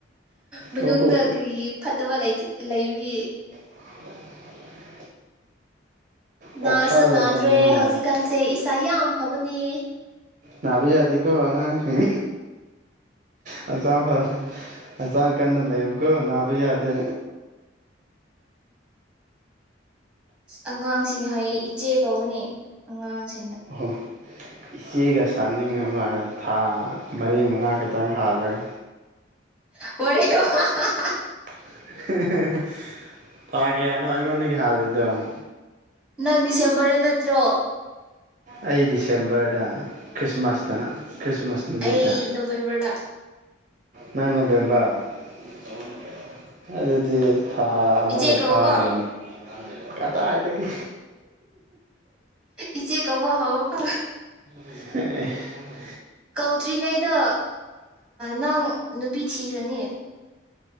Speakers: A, in the centre; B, on the right.
A: ꯃꯅꯨꯡꯗ
B: ꯂꯣꯛ ꯈꯨ
A: ꯀ꯭ꯔꯤ ꯐꯠꯇꯕ ꯂꯩꯕꯒꯤ?
B: <inaudible> ꯑꯣꯛꯁꯥ
A: ꯅꯥꯁꯨ
B: ꯂꯩꯕ꯭ꯔꯥ
A: ꯅꯥꯗ꯭ꯔꯦ
B: ꯃꯅꯨꯡꯗ
A: ꯍꯧꯖꯤꯛꯀꯥꯟꯁꯦ ꯏꯁ ꯇꯥ ꯌꯥꯝ ꯐꯕꯅꯦ꯫
B: ꯅꯥꯕ ꯌꯥꯗꯦꯀꯣ ꯑꯉꯥꯡꯁꯤꯡ ꯍꯛꯆꯥꯡ ꯐꯅ ꯍꯛꯆꯥꯡ ꯀꯟꯅ ꯂꯩꯌꯨ ꯀꯣ ꯅꯥꯕ ꯌꯥꯗꯦ꯫
A: ꯑꯉꯥꯡꯁꯤꯡ ꯍꯥꯏꯌꯦ ꯏꯆꯦ ꯀꯧꯋꯣꯅꯦ ꯑꯉꯥꯡꯁꯤꯡ
B: ꯑꯍꯥ ꯏꯆꯦꯒ ꯁꯥꯅꯤꯡꯉꯤ ꯃꯥꯜꯂꯦ ꯊꯥ ꯃꯔꯤ-ꯃꯉꯥ ꯈꯤꯇꯪ ꯍꯥꯜꯂꯒ
A: <unintelligible>
B: <unintelligible> ꯊꯥ ꯀꯌꯥꯅꯣ ꯑꯩꯉꯣꯟꯗꯒꯤ ꯍꯥꯜꯂꯤꯗꯣ? <inaudible>
A: ꯅꯪ ꯗꯤꯁꯦꯝꯕꯔꯗ ꯅꯠꯇ꯭ꯔꯣ?
B: ꯑꯩ ꯗꯤꯁꯦꯝꯕꯔꯗ ꯈ꯭ꯔꯤꯁꯃꯥꯁꯇ ꯈ꯭ꯔꯤꯁꯃꯥꯁ ꯅꯨꯃꯤꯠꯇ
A: ꯑꯩ ꯅꯣꯕꯦꯝꯕꯔꯗ
B: ꯅꯪ ꯅꯣꯕꯦꯝꯕ
A: ꯎꯝ
B: <inaudible> ꯑꯗꯨꯗꯤ ꯊꯥ ꯑꯃꯒ
A: ꯏꯆꯦ ꯀꯧꯀꯣ
B: ꯐꯥꯗ꯭ꯔꯦꯅꯦ ꯀꯗꯥꯢꯗꯒꯤ
A: ꯏꯆꯦ ꯀꯧꯕ ꯍꯧꯀꯣ
B: <unintelligible>
A: ꯀꯧꯗ꯭ꯔꯤꯉꯩꯗ ꯅꯪ ꯅꯨꯄꯤ ꯊꯤꯔꯅꯤ